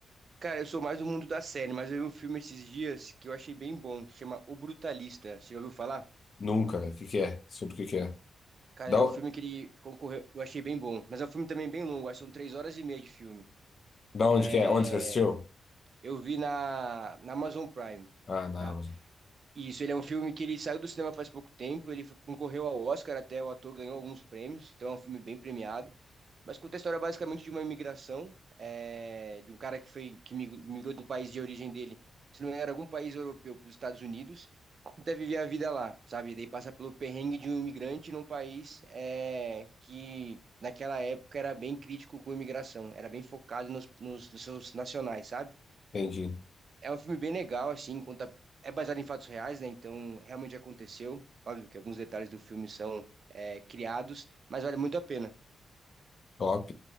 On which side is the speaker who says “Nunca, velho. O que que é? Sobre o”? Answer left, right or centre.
Left